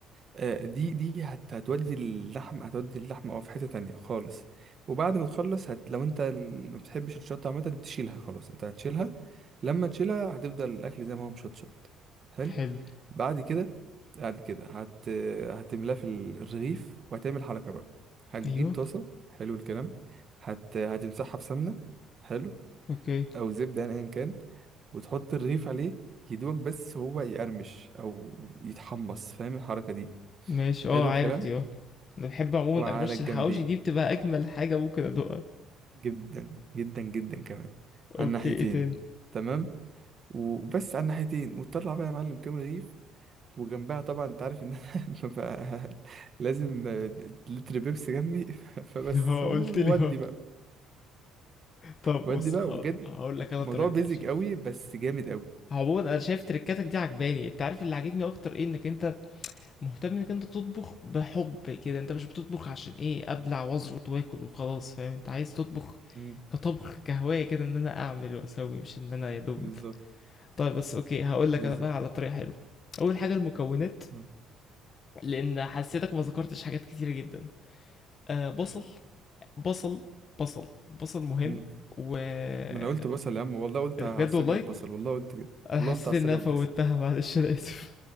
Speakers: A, on the right; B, on the left.
A: آه، دي دي هت هتودي اللحم هتودي اللحم اه في حتة تانية خالص وبعد ما تخلص هت لو انت ال- ما بتحبش الشطة عامة تشيلها خلاص انت هتشيلها لما تشيلها هتفضل الأكل زي ما هو مشطشط حلو
B: حلو
A: بعد كده بعد كده هت هتملاه في ال- الرغيف وهتعمل حركة بقى هتجيب
B: أيوه
A: طاسة حلو الكلام هت هتمسحها بسمنة حلو
B: أوكي
A: أو زبدة يعني أيا كان وتحط الرغيف عليه يدوق بس هو يقرمش أو يتحمص فاهم الحركة دي
B: ماشي
A: حلو
B: آه عارف
A: الكلام
B: دي آه أنا بحب عموما
A: وعلى
B: قرمشة
A: الجنبين
B: الحواوشي دي بتبقى أجمل حاجة ممكن أدوقها
A: جدا جدا جدا كمان على
B: أوكي
A: الناحيتين
B: إيه تاني؟
A: تمام وبس على الناحيتين وتطلع بقى يا معلم كام رغيف وجنبها طبعا انت عارف ان أنا <laughs> ببقى لازم لتر بيبسي جنبي <laughs> فبس
B: <laughs> آه
A: ودي
B: قلت لي آه
A: بقى
B: طب
A: ودي
B: بص
A: بقى وبجد
B: ه- هقول لك أنا
A: موضوع
B: طريقتي
A: بيزك
B: يا شيف
A: قوي بس جامد قوي
B: عموما انا شايف تريكاتك دي عجباني انت عارف اللي عاجبني اكتر ايه انك انت مهتم انك انت تطبخ بحب كده انت مش بتطبخ عشان ايه ابلع واظبط واكل وخلاص فاهم انت عايز تطبخ
A: مم.
B: كطبخ كهواية كده ان انا اعمل واسوي مش ان انا يا دوب
A: بالظبط
B: طيب بس اوكي هقول لك
A: بالظبط
B: انا بقى على طريقة حلوة اول حاجة المكونات
A: مم.
B: لان حسيتك ما ذكرتش حاجات كتيرة جدا آه بصل بصل بصل بصل مهم
A: مم.
B: و إيه
A: ما انا قلت بصل يا عم والله قلت
B: ده
A: هعصجها
B: بجد والله
A: ببصل والله قلت كده
B: انا
A: والله
B: حسيت
A: قلت هعصجها
B: ان انا فوتها
A: ببصل
B: معلش انا اسف